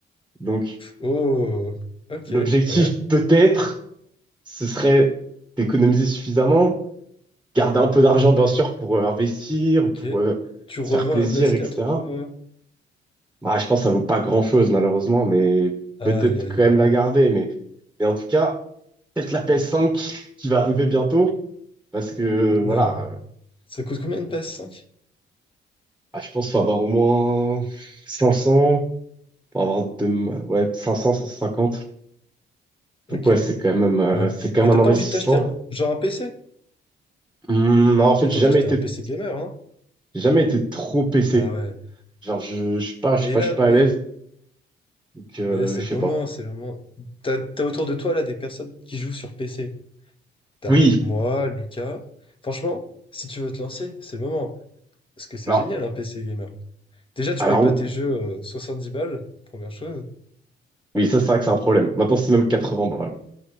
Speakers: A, in the centre; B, on the left.
A: Donc,
B: Oh, ok,
A: l'objectif,
B: ouais.
A: peut-être, ce serait d'économiser suffisamment, garder un peu d'argent, bien sûr, pour euh, investir,
B: Ok.
A: pour euh,
B: Tu revends
A: se faire plaisir,
B: la PS4
A: etc.
B: pour... euh,
A: Bah, je pense que ça vaut pas grand-chose, malheureusement, mais
B: Aïe,
A: peut-être
B: aïe,
A: quand
B: aïe.
A: même la garder. Mais, mais en tout cas, peut-être la p 5 qui qui va arriver bientôt, parce que
B: Non.
A: voilà, euh,
B: Ça coûte combien une PS5?
A: bah, je pense qu'il faut avoir au moins 500 pour avoir de, ouais, 500, 150.
B: Ok,
A: Donc ouais, c'est quand même, euh,
B: ouais.
A: c'est quand
B: Mais
A: même
B: t'as pas
A: un investissement.
B: envie de t'acheter un... Genre un PC?
A: Hum, non, en fait,
B: Autant
A: j'ai jamais
B: t'acheter
A: été,
B: un PC gamer, hein?
A: j'ai jamais été trop PC.
B: Bah ouais.
A: Genre, je, je sais pas, je
B: Mais
A: sais pas,
B: là,
A: je suis pas
B: mais,
A: à l'aise, donc euh,
B: mais là, c'est
A: je
B: le
A: sais
B: moment,
A: pas.
B: c'est le moment. T'as, t'as autour de toi, là, des personnes qui jouent sur PC. T'as
A: Oui,
B: moi, Lucas. Franchement, si tu veux te lancer, c'est le moment. Parce que c'est
A: alors,
B: génial, un PC gamer. Déjà, tu
A: alors
B: payes pas tes jeux euh, 70 balles, première chose.
A: oui, ça c'est vrai que c'est un problème. Maintenant, c'est même 80 balles.